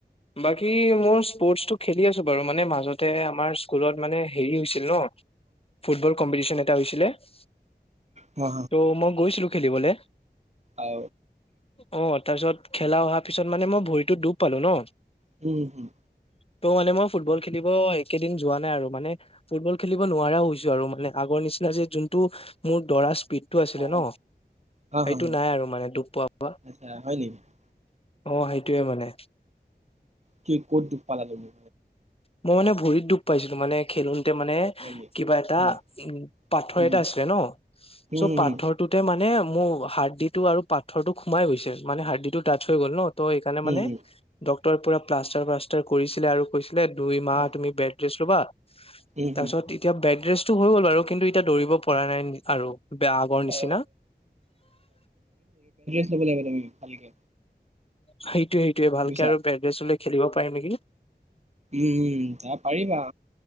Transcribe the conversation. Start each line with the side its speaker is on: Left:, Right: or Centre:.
Left: বাকী মোৰ স্পৰ্টছ টো খেলি আছে বাৰু মানে মাজতে আমাৰ স্কুলত মানে হেৰি হৈছিল ন ফুটবল কম্পিটিচন এটা হৈছিলে ত'
Right: হা
Left: মই গৈছিলো খেলিবলে
Right: অ
Left: অ তাৰ পিছত খেলা অহাৰ পিছত মানে মই ভৰিটো ডুব পালো ন
Right: হম হম
Left: ত' মানে মই ফুটবল খেলিব একেইদিন যোৱা নাই আৰু মানে ফুটবল খেলিব নোৱাৰা হৈছো আৰু মানে আগত নিচিনা যে যোনটো মোৰ দৰা স্পীড টো আছিলে
Right: অ
Left: ন
Right: হা হা
Left: এইটো
Right: হা
Left: নাই আৰু মানে দুখ পোৱা পোৱা
Right: আচ্ছা হয় নেকি
Left: অ সেইটোৱে মানে
Right: কি ক'ত দুক পালা তুমি
Left: মই মানে ভৰিত দুখ পাইছিলো মানে খেলোৰ মানে
Right: হয় নেকি
Left: কিবা এটা
Right: উম
Left: উ পাথৰ
Right: উম
Left: এটা আছিলে ন
Right: হুম
Left: চ' পাথৰটোতে
Right: হুম
Left: মানে মোৰ হাৰদি টো আৰু পাথৰটো সোমাই গৈছিল মানে হাৰ্ডি টো টাচ হৈ গ'ল ন ত সেইকাৰণে
Right: হুম হুম
Left: মানে
Right: হুম
Left: ডক্টৰে পুৰা প্লাষ্টাৰ প্লাষ্টাৰ কৰিছিলে আৰু যে দুইমাহ
Right: অ
Left: তুমি বেডৰেষ্ট লবা
Right: উম
Left: তাপিছত
Right: হুম
Left: এতিয়া বেড ৰেছটো হৈ গ'ল বাৰু কিন্তু এতিয়া দৌৰিব পৰা নাই আৰু বেয়া আমোৰ নিচিনা
Right: অ দেখোৱাব লাগিব তুমি ভালকে
Left: সেইটোয়ে সেইটোয়ে ভালকে
Right: বুজিছা
Left: আৰু বেডৰেস্ট ললে খেলিব পাৰিম নেকি
Right: উম উম তাৰ পাৰিবা